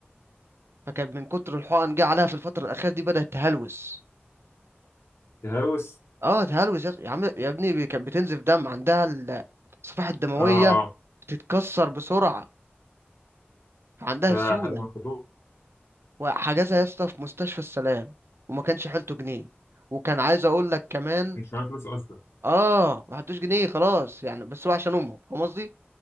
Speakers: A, on the right (about 70°); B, on the left (about 80°).
A: فكان من كتر الحقن جه عليها في الفتره الاخيره دي بدات تهلوس
B: الهوس
A: اه تهلوس يا أخ- يا عم يا ابني بي- كانت بتنزف دم عندها ال- الصفائح الدمويه
B: اه اه
A: بتتكسر بسرعه عندها
B: ده
A: سيوله
B: ده خطوه
A: وحجزها يا اسطى في مستشفى السلام وما كانش حيلته جنيه وكان عايز اقول لك كمان
B: مش معايا فلوس اصلا
A: اه ما حدوش جنيه خلاص يعني بس هو عشان امهم فاهم قصدي